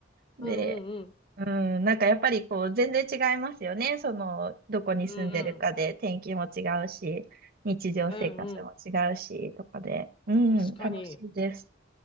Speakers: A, on the right; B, on the left.
A: で、
B: うんうん。
A: うん、なんかやっぱりこう全然違いますよね。その、どこに住んでるかで天気も違うし、
B: うんうん。
A: 日常生活も違うし、
B: うんうん。
A: とかで。うん、
B: 確かに。
A: 楽しいです。